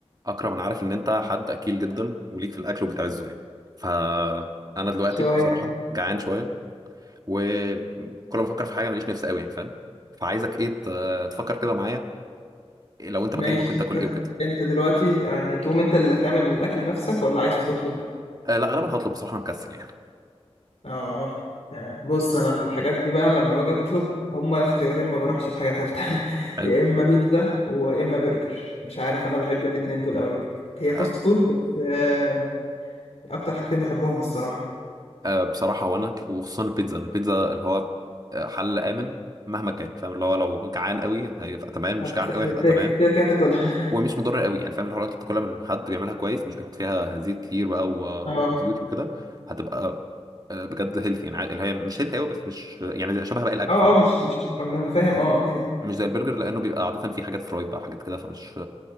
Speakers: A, on the right; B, on the left.
A: اكرم انا عارف ان انت حد اكيل جدا وليك في الاكل وبتعزه يعني فانا دلوقتي
B: شوية
A: بصراحه جعان شويه وكل ما افكر في حاجه ماليش نفس قوي يعني فاهم فعايزك ايه ت- تفكر كده معايا إيه لو انت
B: ماشي
A: مكاني ممكن تاكل
B: انت
A: ايه وكده
B: انت دلوقتي يعني تقوم انت اللي هتعمل الاكل لنفسك ولا عايز تطلب
A: أه لا غالبا هطلب بصراحه انا مكسل يعني
B: اه آه، بص انا في الحاجات دي بقى لما باجي اطلب هما اختيارين ما بروحش لحاجه تالتة <laughs>
A: حلو
B: يا اما بيتزا ويا اما برجر مش عارف انا بحب الاتنين دول قوي هي فاست
A: أه
B: فود بس آه، اكتر حاجتين بحبهم الصراحه
A: آه، بصراحه وانا وخصوصا البيتزا البيتزا اللي هو آه، حل امن مهما كان فاهم اللي هو لو جعان قوي هيبقى تمام
B: هت-
A: مش جعان قوي
B: هتاكل
A: هيبقى تمام
B: كده كده هتاكلها
A: ومش مضر قوي يعني فاهم الحوار انت بتاكلها من حد بيعملها كويس مش بيحط فيها زيت كتير بقى و-
B: <laughs> اه
A: وزيوت وكده هتبقى آه، بجد هيلثي يعني عاد- اللي هي مش هيلثي قوي بس مش يعني زي- شبه باقي الاكل
B: اه
A: فاهم
B: اه مش مش انا فاهم اه كده
A: مش زي البرجر لانه بيبقى عاده فيه حاجات فرايد بقى وحاجات كده فمش